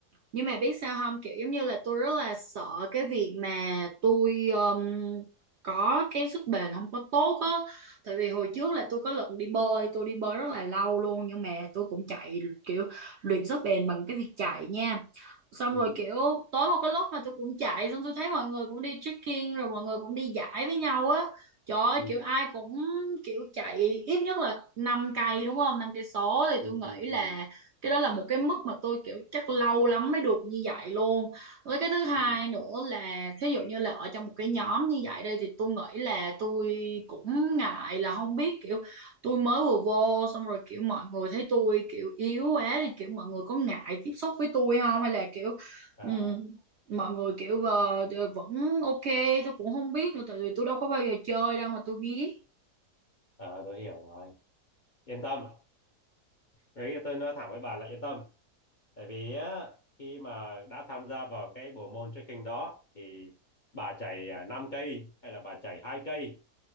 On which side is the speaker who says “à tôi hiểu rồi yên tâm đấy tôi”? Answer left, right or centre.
Left